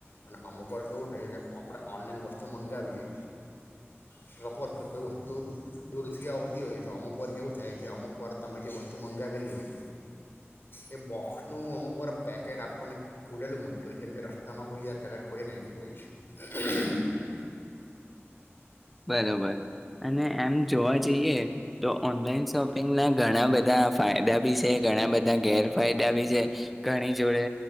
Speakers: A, on the left (about 55°); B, in the centre.
A: અને અમુક વાર કે કેવું થાય છે કે આપણે ઓનલાઈન વસ્તુ સ્તુ મંગાવીએ સપોઝ કોઈ વસ્તુ દૂરથી આવતી હોય તો અમુક વાર કેવું થાય કે અમુકવાર તમે જે વસ્તુ મંગાવેલી હોય એ બોક્સનું અમુકવાર પેકેટ આપણને ખોલેલું મલતું હોય જેમ કે રસ્તામાં કોઈ <unintelligible> ખોલી નાખ્યું હોય છે
B: બરોબર અને એમ જોવા જઈએ તો ઓનલાઈન શોપિંગના ઘણા બધા ફાયદા ભી છે ઘણા બધા ગેરફાયદા ભી છે ઘણી જોડે